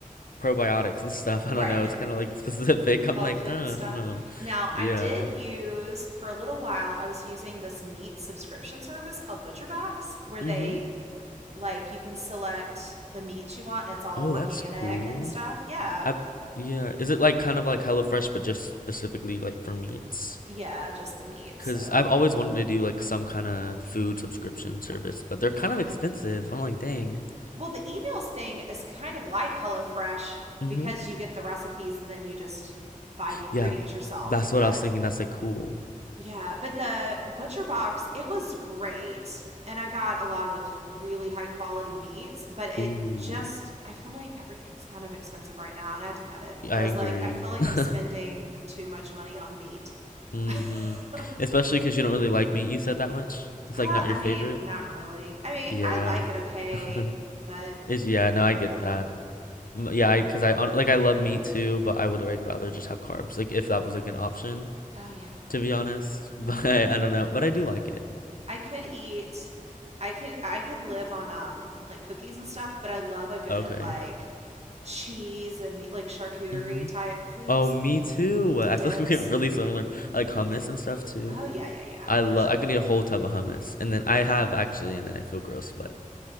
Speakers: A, on the left; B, on the right.
A: probiotics and stuff. <laughs> I
B: Right.
A: don't know.
B: <laughs>
A: It's kind of like <laughs> specific. I'm
B: Health
A: like,
B: food
A: uh,
B: stuff.
A: I don't know.
B: Now,
A: Yeah.
B: I did use for a little while, I was using this meat subscription service called ButcherBox, where
A: Mhm.
B: they like you can select the meats you want and it's all
A: Oh,
B: organic
A: that's cool.
B: and stuff. Yeah.
A: I've yeah, is it like kind of like HelloFresh but just specifically like for meats?
B: Yeah, just the meat.
A: because
B: So,
A: 'Cause I've always wanted to do like some kind of food subscription service, but they're
B: yeah.
A: kind of expensive. I'm like, dang.
B: Well, the emails thing is kind of like HelloFresh
A: hmm
B: because you get the recipes and then you just buy the ingredients
A: Yeah.
B: yourself.
A: That's what
B: But
A: I was thinking. That's like cool.
B: yeah, but the butcher box, it was great. And I got a lot of really high quality meats, but it
A: Ooh,
B: just, I feel like everything's kind of expensive right now and I had to cut it.
A: yeah,
B: I
A: I
B: was
A: agree.
B: like, I feel like
A: <laughs>
B: I'm spending too much money on meat. <laughs>
A: hmm
B: uh,
A: Especially cause you don't really like meat, you said that much. It's
B: I
A: like not your favorite.
B: mean, not really. I mean,
A: Yeah.
B: I like it okay,
A: <laughs>
B: but
A: Is yeah, no, I get
B: not.
A: that. M- Yeah, cause I on like I love meat too, but I would like rather just have carbs. Like if that was like an option.
B: Oh, yeah.
A: to be honest. <laughs> But
B: Mm hmm.
A: I don't know. But I do like it.
B: I could eat I could I could live on um like cookies and stuff, but I love a good
A: Okay.
B: like cheese and meat, like charcuterie
A: Mm-hmm.
B: type foods,
A: Oh, me
B: mm.
A: too. I
B: dips.
A: feel like we have really similar like hummus
B: Yes.
A: and stuff too.
B: Oh yeah, yeah, yeah,
A: I
B: for
A: love.
B: sure.
A: I could eat a whole tub of hummus, and then I
B: Oh
A: have
B: yeah.
A: actually, and then I feel gross, but